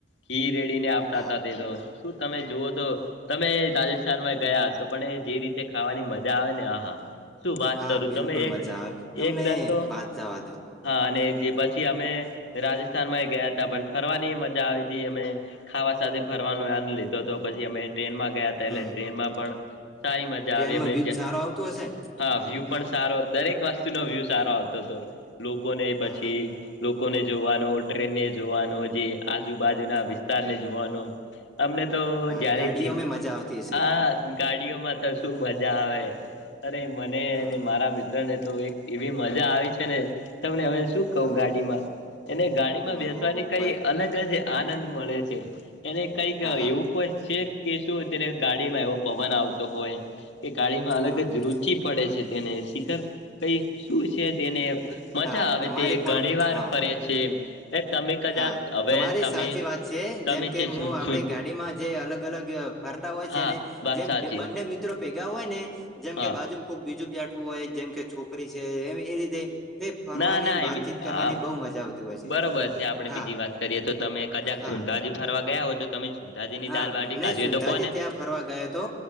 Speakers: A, on the left; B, in the centre.
A: ઘી રેડીને આપતા
B: હા
A: હતા તે તો શું તમે જુવઓ તો તમે રાજસ્થાનમાં ગયા હ છો, પણ એ જે રીતે ખાવાની મજા આવે ને આહા શું વાત
B: હા
A: કરું
B: બિલકુલ
A: તમે એક
B: મજા આવે તમને
A: એકદન તો
B: વાત જવા દો
A: હા, અને જે પછી અમે રાજસ્થાનમાં ગયા હતા પણ ફરવાની મજા આવી હતી અમે ખાવા સાથે ફરવાનો એન લીધો હતો પછી અમે ટ્રેનમાં ગયા હતા
B: હમ
A: એલે ટ્રેનમાં પણ સારી મજા
B: ટ્રેનમાં
A: આવી એમને
B: વ્યુ સારો આવતો હશે ને
A: હા વ્યૂ પણ સારો દરેક વસ્તુ નો વ્યૂ સારો આવતો હતો લોકોને પછી
B: હા હા
A: લોકોને જોવાનો ટ્રેનને જોવાનો જે આજુબાજુના
B: બરોબર
A: વિસ્તારને જોવા અમને તો
B: હા
A: જારે
B: ગાડીઓમાં
A: જી
B: મજા આવતી હશે
A: આ ગાડીઓમાં તો શું મજા આવે અરે મને
B: હા
A: અને
B: હા
A: મારા મિત્ર ને તો એક એવી મજા આવી છેને, તમને હવે શું કું
B: હા હા
A: ગાડીમાં એને ગાડી માં
B: બરોબર
A: બેસવાની કઈ અલગ જ આનંદ મળે છે એને કઈક
B: હા
A: એવું
B: હા
A: કોઈ છે. કે શું તેને ગાડીમાં એવો પવન આવતો હોય કે ગાડીમાં અલગ
B: હા હા
A: જ રુચિ પડે છે તેને શિખર કઈ શું છે, તેને મજા
B: હા
A: આવે
B: તમારી
A: તે
B: પણ
A: ઘણી વાર
B: હા
A: ફરે
B: હા
A: છે, એ તમે કદાચ
B: હા
A: હવે
B: તમારી
A: તમે
B: સાચી વાત છે
A: તમે
B: જેમ કે
A: છે
B: હું
A: છું
B: આપડ
A: છું
B: ગાડીમાં જે અલગ અલગ ફરતા હોય
A: હા
B: છેને
A: વાત
B: જેમ
A: સાચી
B: બંને મિત્ર મિત્ર ભેગા હોય ને જેમ
A: હા
B: કે બાજુ કોક બીજું બેઠું હોય જેમ કે છોકરી છે, એ એ રીતે તે ફરવાની
A: ના ના
B: વાતચીત
A: એવી
B: કરવાની
A: આ
B: બહુ મજા આવતી હોય છે.
A: બરોબર આપણે
B: હા
A: બીજી વાત કરીએ તો તમે કદાચ
B: હા
A: સનતા હજી ફરવા ગયા હોય, તો તમે સુંંધાજી ની
B: હા
A: દાલ બાટી
B: નહી
A: કાઢી
B: સુનતાજી
A: હોય તો કો ને
B: ત્યાં ફરવા ગયો હતો